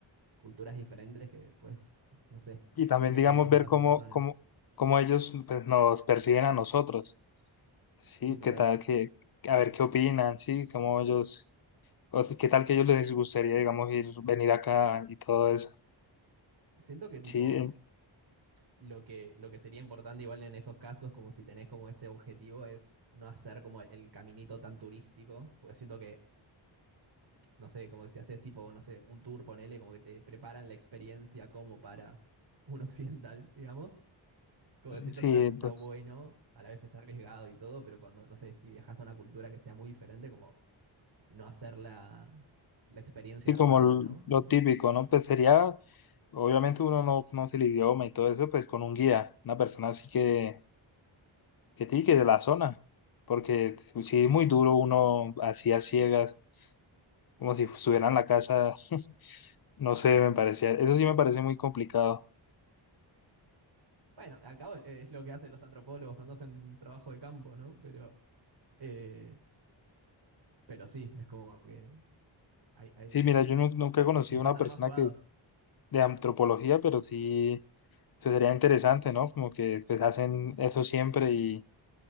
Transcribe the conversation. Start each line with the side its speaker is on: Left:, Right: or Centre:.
Right: culturas diferentes que después, no sé,
Left: y
Right: siento
Left: también
Right: que
Left: digamos
Right: hay que conocerlas
Left: ver cómo,
Right: en persona.
Left: cómo, cómo ellos pues, nos perciben a nosotros, ¿sí?
Right: Sí, total.
Left: ¿Qué tal? qué a ver qué opinan, ¿sí? Cómo ellos O si- ¿Qué tal que a ellos les gustaría, digamos, ir, venir acá y todo eso?
Right: Siento que tipo...
Left: Sí, eh,
Right: Lo que, lo que sería importante igual en esos casos, como si tenés como ese objetivo, es no hacer como el, caminito tan turístico, porque siento que, no sé, como que si haces tipo, no sé, un tour, ponele, como que te preparan la experiencia como para un occidental, <laughs> digamos. Como que siento
Left: sí,
Right: está, que está
Left: pues,
Right: bueno, a la vez es arriesgado y todo, pero cuando, no sé, si viajas a una cultura que sea muy diferente, como no hacer la, la experiencia
Left: sí,
Right: armada,
Left: como l-
Right: ¿no? Como-
Left: lo típico, ¿no? Pues sería, obviamente uno no conoce el idioma y todo eso, pues con un guía, una persona así que, que sí, que de la zona, porque sí es muy duro uno así a ciegas, como si estuviera en la casa, no sé, me parecía, eso sí me parece muy complicado.
Right: bueno, al cabo eh, es lo que hacen los antropólogos cuando hacen trabajo de campo, ¿no? Pero... eh, Pero sí, es como que hay, hay-
Left: Sí, mira, yo nu- nunca
Right: <laughs>
Left: he conocido
Right: es bastante
Left: a una persona
Right: más jugado.
Left: que de antropología, pero sí. Eso sería interesante, ¿no? Como que pues hacen eso siempre y,